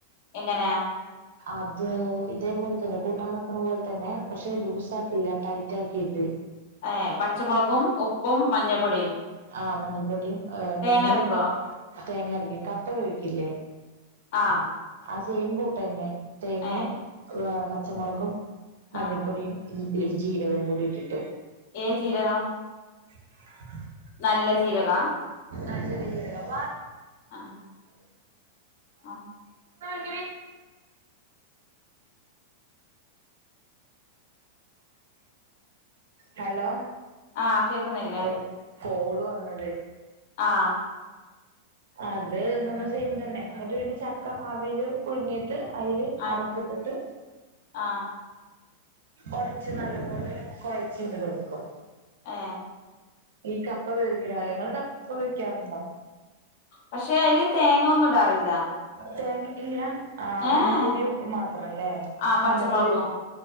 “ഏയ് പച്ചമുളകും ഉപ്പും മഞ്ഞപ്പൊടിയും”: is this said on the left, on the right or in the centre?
Left